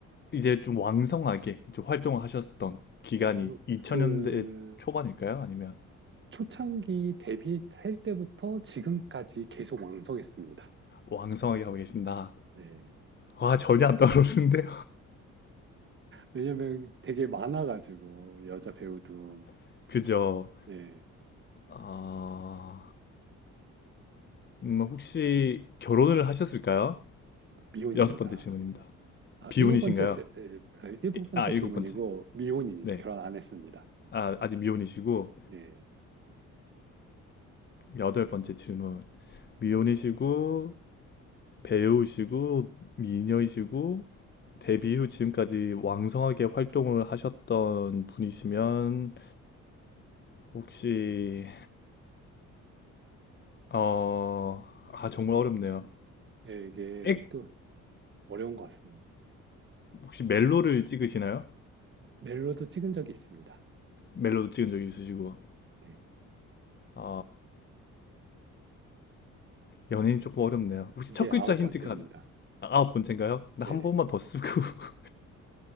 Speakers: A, on the left; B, on the right.
A: 이제 좀 왕성하게 좀 활동을 하셨던 기간이
B: 어,
A: 2000년대
B: 그
A: 초반일까요? 아니면
B: 초창기 데뷔할 때부터 지금까지 계속 왕성했습니다.
A: 왕성하게 하고 계신다?
B: 네.
A: 와, 전혀 안 떠오르는데요.
B: 왜냐면 되게 많아가지고, 여자 배우도,
A: <laughs> 그죠?
B: 네,
A: 아, 음, 혹시 결혼을 하셨을까요?
B: 미혼입니다.
A: 여섯 번째 질문입니다.
B: 아,
A: 비혼이신가요?
B: 일곱 번째, 시- 에, 아, 일곱
A: 이-
B: 번째
A: 아,
B: 질문이고,
A: 일곱 번째.
B: 미혼입니다.
A: 네.
B: 결혼 안 했습니다.
A: 아, 아직 미혼이시고,
B: 네.
A: 여덟 번째 질문. 미혼이시고, 배우시고 미녀이시고 데뷔 후 지금까지 왕성하게 활동을 하셨던 분이시면 혹시 어, 아 정말 어렵네요.
B: 네, 이게
A: 액
B: 또 어려운 것 같습니다.
A: 혹시 멜로를 찍으시나요?
B: 멜로도 찍은 적이 있습니다.
A: 멜로도 찍은 적이 있으시고
B: 네.
A: 아 연예인
B: 이-
A: 조금 어렵네요. 혹시
B: 이제
A: 첫 글자
B: 아홉
A: 힌트가
B: 번째입니다.
A: 아홉 번째인가요? 근데
B: 네네.
A: 한 번만 더 쓰고 <laughs>